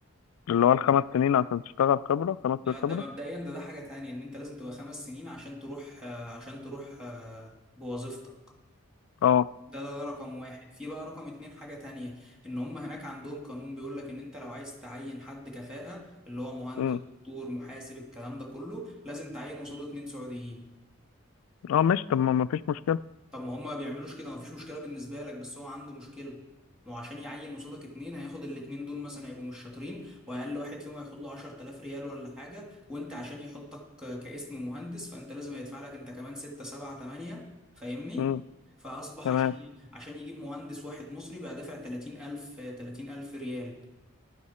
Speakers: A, on the left (about 80°); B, in the centre.
A: اللي هو الخمس سنين عشان تشتغل خبرة خمس
B: ده
A: سنين خبرة
B: ده مبدئيا ده ده حاجه تانية ان انت لازم تبقى خمس سنين عشان تروح آه، عشان تروح آه، بوظيفتك
A: اه
B: ده, ده رقم واحد في بقى رقم اتنين حاجة تانية ان هم هناك عندهم قانون بيقول لك ان انت لو عايز تعين حد كفاءة اللي هو مهندس
A: امم
B: دكتور محاسب الكلام ده كله لازم تعين قصاده اتنين سعوديين
A: اه ماشي طب ما ما فيش مشكلة
B: طب ما هما ما بيعملوش كده مفيش مشكله بالنسبه لك بس هو عنده مشكله ما هو عشان يعين قصادك اتنين هياخد الاتنين دول مثلا هيبقوا مش شاطرين واقل واحد فيهم هياخد له 10000 ريال ولا حاجه وانت عشان يحطك كاسم مهندس فانت لازم هيدفع لك انت كمان 6 7 8 فاهمني
A: امم
B: فاصبح
A: تمام
B: عشان ي... عشان يجيب مهندس واحد مصري بقى دافع 30000 30000 ريال